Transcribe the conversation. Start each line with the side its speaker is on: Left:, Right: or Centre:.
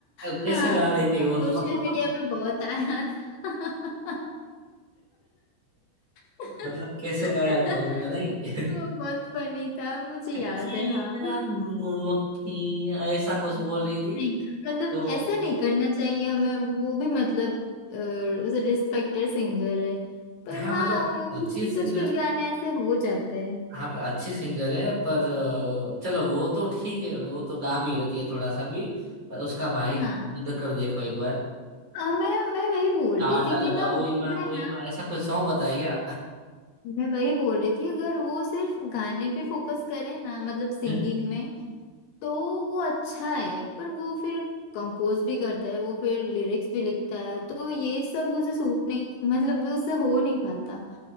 Right: अब
Left: हाँ
Right: कैसे गा रही थी
Left: वो
Right: वो
Left: सोशल
Right: <laughs>
Left: मीडिया पे बहुत आया था <laughs>
Right: मतलब कैसे गाया था उसने नहीं
Left: वो
Right: <laughs>
Left: बहुत फनी था मुझे याद
Right: अखियाँ
Left: है हाँ
Right: नो अखियाँ, ऐसा कुछ बोल रही थी
Left: नहीं मतलब
Right: तो
Left: ऐसा नहीं करना चाहिए हमें वो भी मतलब रिस्पेक्टेड सिंगर है पर
Right: हाँ
Left: हाँ
Right: मतलब
Left: उन-
Right: अच्छी
Left: उसके कुछ
Right: सिंगर
Left: कुछ गाने ऐसे हो जाते हैं
Right: हाँ अच्छी सिंगर है पर अ, चलो वो तो ठीक है वो तो गा भी लेती है थोड़ा सा भी पर उसका भाई
Left: हाँ
Right: निकल कर देखो एक बार
Left: आ, मैं मैं वही बोल
Right: टाटा
Left: रही थी
Right: लगा
Left: कि ना मैं
Right: ओए माँ ओए
Left: ना
Right: माँ ऐसा कुछ सॉन्ग बताया
Left: मैं वही बोल रही थी अगर वो सिर्फ गाने पे फोकस करे ना मतलब सिंगिंग
Right: क्या <laughs>
Left: में तो वो अच्छा है पर वो फिर कंपोज भी करता है वो फिर लिरिक्स भी लिखता है तो ये सब उसे सूट नहीं मतलब वो उससे हो नहीं पाता